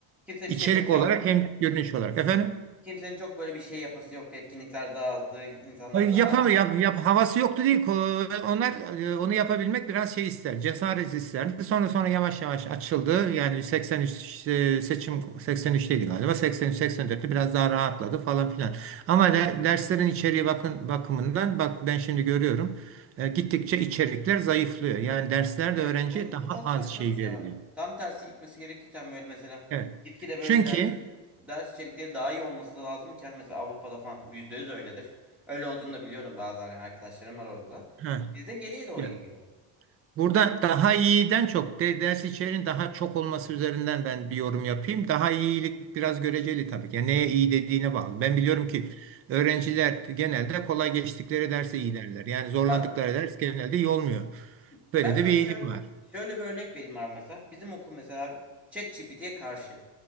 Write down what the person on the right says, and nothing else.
içerik
olarak
hem görünüş olarak. Efendim?
Hayır,
yapamıyor. Yap, yap- havası yoktu değil. Ko- Onlar e, onu yapabilmek biraz şey ister. Cesaret isterdi. Sonra sonra yavaş yavaş açıldı. Yani 83 e, seçim 83'teydi galiba. 83 84'te biraz daha rahatladı falan filan. Ama de, derslerin içeriği bakın bakımından bak ben şimdi görüyorum. E, gittikçe içerikler zayıflıyor. Yani derslerde
öğrenciye
daha
az
şey
veriliyor.
Evet.
Çünkü
ha,
ya-
Burada daha iyiden çok de, ders içeriğin daha çok olması üzerinden ben bir yorum yapayım. Daha iyilik biraz göreceli tabii ki. Yani neye iyi dediğine bağlı. Ben biliyorum ki öğrenciler genelde kolay geçtikleri derse iyi derler. Yani zorlandıkları
ders genelde iyi olmuyor.
Böyle
de bir eğilim
var.